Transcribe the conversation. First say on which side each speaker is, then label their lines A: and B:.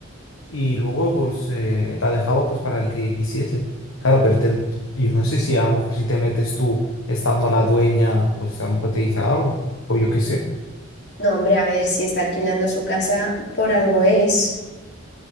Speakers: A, on the left; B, on the left.
A: y luego pues eh, la dejaba pues para el que quisiese. Claro, pero ten- yo no sé si a lo mejor si te metes tú estando la dueña, pues a lo mejor te dice algo, o yo qué sé.
B: No, hombre, a ver si está alquilando su casa por algo es.